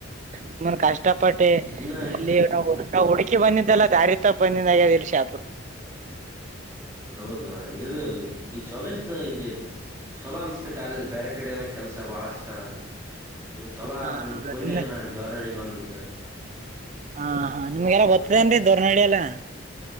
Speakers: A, on the right; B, on the right.
A: ಸುಮಾನ ಕಷ್ಟಪಟ್ಟೆ
B: ಇನ್ನ
A: ಇಲ್ಲಿಟ ಹುಡು ಅಿ ಬಂದಿದ್ದಲ್ಲ ದಾರಿ ತಪ್ಪ ಬಂದಾಗ್ಯದ ಇಲ್ ಶಾಪರು
B: ಹೌದಾ ಇದು ಈ ಚಛೊಲೋ ಇತ್ತು ಇಲ್ಲಿ ಚೊಲೋ ಅನ್ತ ಕಾಲೇಜ್ ಬೇರೆ ಕಡೆ ಎಲ್ಲ ಕೆಲ್ಸ ಬಾಳ ಅತಾರ ನಿ್ ಚೊಲ
A: ಹಾ ಹಾ
B: ನಿಮ್ ಪುಣ್ಯ
A: ನಿಮ್ದ
B: ಏನ ದವರ್ಳ್ಳಿ ಬಂದದ್ದ
A: ಹಾ ಹಾ ನಿಮ್ಗೆಲ್ಲ ಗೊತ್ತದೇನ್ರಿ ದೋರ್ನಡಿಿ ಎಲ್ಲ